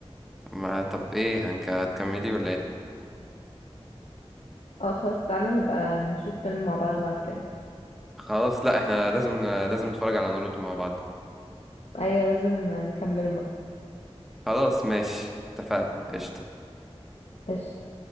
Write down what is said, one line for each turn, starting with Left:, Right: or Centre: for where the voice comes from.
Centre: ما طب ايه هنك هتكملي ولا ايه
Left: اه خلاص تعالى نبقى نشوف فيلم مع بعض بعد كده
Centre: خلاص لا احنا لازم لازم نتفرج على ناروتو مع بعض
Left: ايوه لازم نكمله بقى
Centre: خلاص ماشي اتفقنا قشطة
Left: قشطة